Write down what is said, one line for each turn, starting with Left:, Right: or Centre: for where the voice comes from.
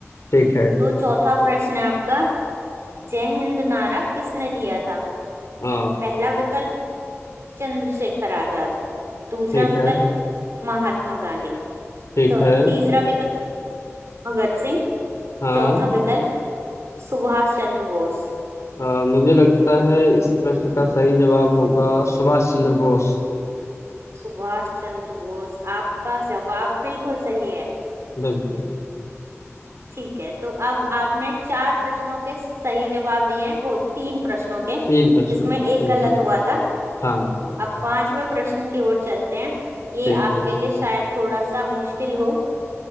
Left: ठीक है
Right: तो चौथा प्रश्न है आपका जय हिंद नारा किसने दिया था
Left: अ,
Right: पहला विकल्प चंद्रशेखर आजाद दूसरा
Left: ठीक
Right: विकल्प
Left: है
Right: महात्मा गांधी
Left: ठीक
Right: चौ-
Left: है
Right: तीसरा विकल्प भगत सिंह
Left: हाँ
Right: चौथा विकल्प सुभाष चंद्र बोस
Left: अ, मुझे लगता है इस प्रश्न का सही जवाब होगा सुभाष चंद्र बोस
Right: सुभाष चंद्र बोस आपका जवाब बिल्कुल सही है
Left: बिल्कुल
Right: ठीक है तो अब आपने चार प्रश्नों के सही जवाब दिए हैं वो तीन प्रश्नों के
Left: तीन प्रश्नों
Right: जिसमें
Left: के
Right: एक
Left: बिल्कुल
Right: गलत हुआ था
Left: हाँ
Right: अब पांचवें प्रश्न की ओर चलते हैं ये
Left: ठीक
Right: आपके
Left: है
Right: लिए शायद थोड़ा सा मुश्किल हो